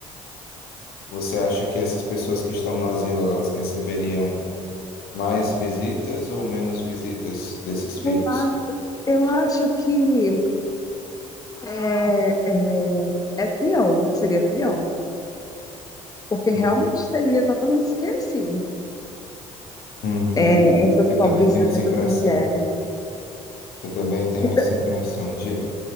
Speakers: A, on the left (about 65°); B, on the left (about 20°).
A: Você acha que essas pessoas que estão no asilo, elas receberiam mais visitas ou menos visitas desses
B: Eu
A: filhos?
B: acho, eu acho que é, é, é pior, seria pior. porque realmente
A: Hum.
B: seria totalmente esquecido.
A: Uhum.
B: É, essas
A: Eu
B: pobres,
A: também tenho
B: essas
A: essa impressão.
B: mulheres.
A: Eu também tenho
B: Então,
A: essa impressão. Diga.